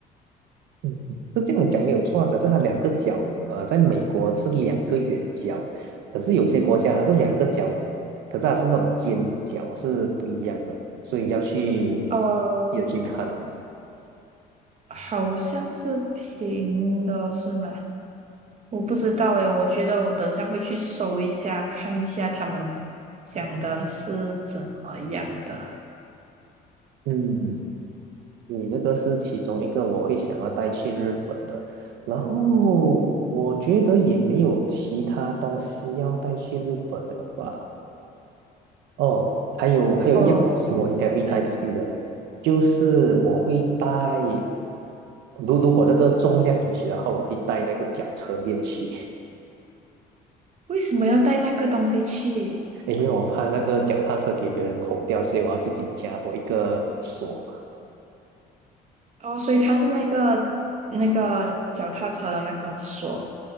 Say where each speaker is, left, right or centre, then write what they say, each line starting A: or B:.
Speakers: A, on the right; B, on the right.
A: 嗯，是这样讲没有错啊，可是它两个角，呃，在美国是两个圆角，可是有些国家它是两个角，可是它是那种尖角，是不一样的，所以要去
B: 呃，
A: 也去看。
B: 好像是平的，是吗？我不知道诶，我觉得我等下会去搜一下，看一下他们讲的是怎么样的。
A: 嗯，你这个是其中一个我会想要带去日本的，然后我觉得也没有其他东西要带去日本了吧。哦，还有还有一样东西我应该会带出去的，
B: 哦，啊，
A: 就是我会带，如如果这个重量允许的话，我会带那个脚车链去，
B: 为什么要带那个东西去？
A: <laughs> 因为我怕那个脚踏车给别人偷掉，所以我要自己加多一个锁。
B: 哦，所以它是那个那个脚踏车的那个锁。